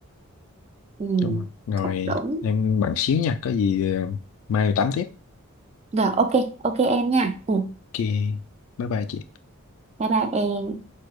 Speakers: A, on the right; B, on the left.
A: ừ,
B: đúng không rồi
A: cũng đúng
B: em bạn xíu nha có gì ờ, mai tám tiếp
A: rồi ok ok em nha ừ,
B: kia bye bye chị
A: bye bye em